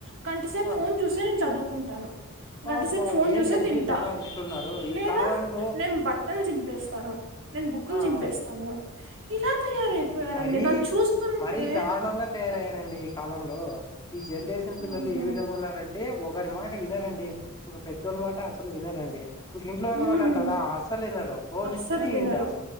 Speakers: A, on the right (about 60°); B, on the left (about 20°).
A: కంఠసే
B: ఆ
A: ఫోన్ చూస చదువుకుంటాను
B: బాబబాబు
A: గంట సేపు ఫోన్ చూసే
B: ఏందండి
A: తింటా
B: జనాలు ఇట్లున్నారు ఈ
A: లేదా
B: కాలంలో
A: నేను బట్టలు చిపేస్తాను నేను బుక్కులు
B: ఆ
A: చిపేస్తాను
B: ఆ
A: ఇలా తయారైపోయారండి
B: మరీ
A: నన్ను చూస్తుంటే
B: మరీ దారుణంగా తయారైంది అండి ఈ కాలంలో ఈ జనరేషన్
A: అవును
B: పిల్లలు ఏ విధ ఉన్నారంటే ఒక ఒక వారి మాట వినరండి ఒక పెద్దోళ్ళ మాట అసలు వినరండి ఇంక ఇంట్లో వాళ్ళ
A: ఉమ్,
B: మాట అంటారా అసలు లేనార ఫోన్
A: అస్సలు
B: ఇస్తేనే
A: వినరు
B: ఇంటా